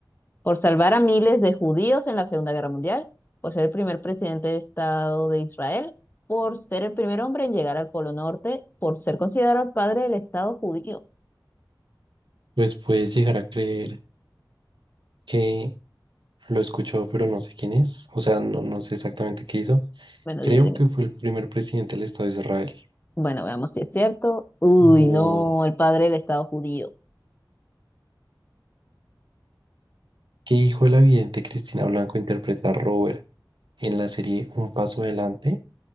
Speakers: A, on the left (about 25°); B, on the right (about 85°).
A: ¿Por salvar a miles de judíos en la Segunda Guerra Mundial? ¿Por ser el primer presidente de Estado de Israel? ¿Por ser el primer hombre en llegar al Polo Norte? ¿Por ser considerado el padre del Estado judío?
B: Pues puedes llegar a creer que lo escuchó, pero no sé quién es. O sea, no, no sé exactamente qué hizo.
A: Bueno,
B: Creo
A: dime, dime.
B: que fue el primer presidente del Estado de Israel.
A: Bueno, veamos si es cierto. Uy,
B: No,
A: no, el padre del Estado judío.
B: ¿qué hijo de la vidente Cristina Blanco interpreta a Robert en la serie Un Paso Adelante?